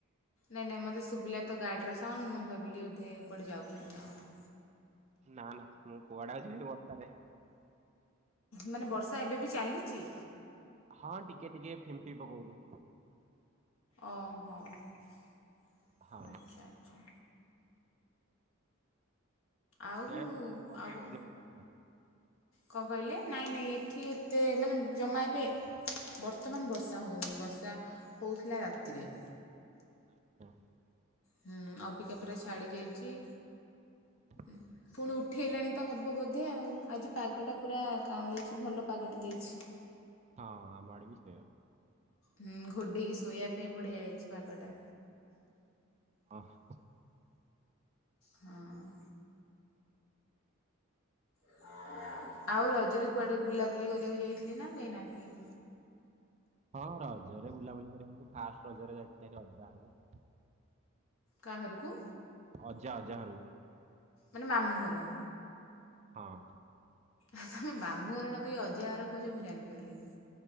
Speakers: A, on the left; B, on the right.
A: ନାଇଁ ନାଇଁ ମତେ ଶୁବିଲା ତ ଗାଡ଼ିର ସାଉଣ୍ଡ ମୁଁ ଭାବିଲି ବୋଧେ କୁଆଡ଼େ ଯାଉଚନ୍ତି ନା କଣ।
B: ନାଁ ନା ମୁଁ କୁଆଡେ ଆଉ ଯିବି ବର୍ଷାରେ।
A: ମାନେ ବର୍ଷା ଏବେ ବି ଚାଲିଚି।
B: ହଁ ଟିକେ ଟିକେ ଫିମ୍ପି ପକୋଉଚି।
A: ଓ ହୋ ଆଚ୍ଛା
B: ହଁ
A: ଆଚ୍ଛା। ଆଉ
B: ସେୟା ହିଁ ଏବେ ବର୍ଷା
A: ଆଉ
B: ହୋଉନି ବୋଧେ ଅବିକା?
A: କଣ କହିଲେ ନାଇଁ ନାଇଁ ଏଠି ଏତେ ମାନେ ଜମା ଏବେ ବର୍ତ୍ତମାନ ବର୍ଷା ହୋଉନି। ବର୍ଷା ହୋଉଥିଲା ରାତିରେ।
B: ଆଚ୍ଛା,
A: ହୁଁ ହୁଁ, ଅବିକା ପୁରା ଛାଡ଼ି ଯାଇଛି।
B: ହଁ <inaudible>
A: ଉ ପୁଣି ଉଠେଇଲାଣି ତ ହବ ବୋଧେ ଆଉ ଆଜି ପାଗଟା ପୁରା କାଉଁଳେଇଚି ଭଲ ପାଗଟେ ଦେଇଚି।
B: ହଁ ହ ଆମ ଆଡେ ବି ସେଇୟା।
A: ହୁଁ ଘୋଡ଼େଇକି ଶୋଇବା ପାଇଁ ବଢ଼ିଆ ହେଇଛି ପାଗଟା।
B: ଅ ହ,
A: ହଁ <unintelligible> ଆଉ ରଜରେ କୁଆଡେ ବୁଲାବୁଲି କରିଆକୁ ଯାଇଥିଲେ ନା ଯାଇନାହାନ୍ତି?
B: ହଁ ରଜରେ ବୁଲାବୁଲି କରିବାକୁ ଫାଷ୍ଟ ରଜରେ ଯାଇଥିଲି ହାରି ଅଜା ଘରକୁ।
A: କାହାରୁକୁ
B: ଅଜା ଅଜା ଘରୁକୁ।
A: ମାନେ ମାମୁଁ ଘର।
B: ହଁ।
A: ହ ତମେ ମାମୁଁ ଘର ନ କହି ଅଜା ଘର କହୁଚ ମୁଁ ଜାଣିପାରିଲିନି।